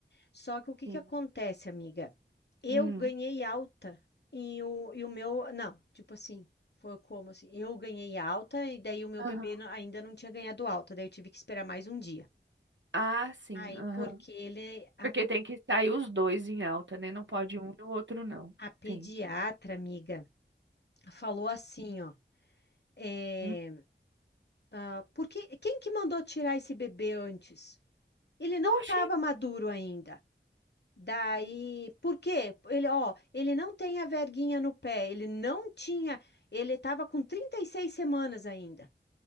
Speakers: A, on the left; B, on the right.
A: Só que o que
B: sim.
A: que acontece, amiga? Eu
B: Hum.
A: ganhei alta e o, e o meu. Não, tipo assim, foi como assim? Eu ganhei alta e daí o meu
B: Aham.
A: bebê não- ainda não tinha ganhado alta, daí eu tive que esperar mais um dia.
B: Ah, sim.
A: Aí,
B: Aham.
A: porque ele, a,
B: Porque tem que sair os dois em alta, né? Não pode um e o outro não.
A: a pediatra,
B: Sim.
A: amiga, falou assim, ó. eh,
B: Hum.
A: Ah, porque quem que mandou tirar esse bebê antes? Ele não
B: Oxi.
A: estava maduro ainda. Daí, por quê? Ele, ó, ele não tem a verguinha no pé, ele não tinha, ele estava com 36 semanas ainda.